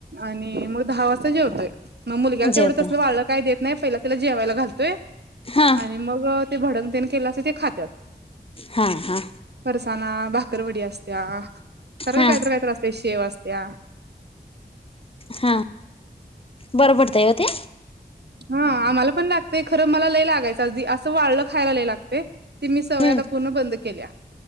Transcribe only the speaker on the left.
जेवतय
हा
हा हा
हा
हा बर पडतय का ते.
हम्म